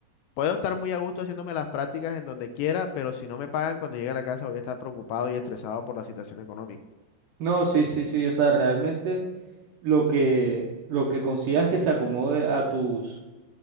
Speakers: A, on the left; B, on the right.
A: puedo estar muy a gusto haciéndome las prácticas en donde quiera, pero si no me pagan cuando llegue a la casa voy a estar preocupado y estresado por la situación económica.
B: No, sí, sí, sí. O sea, realmente lo que, lo que consigas que se acomode a tus,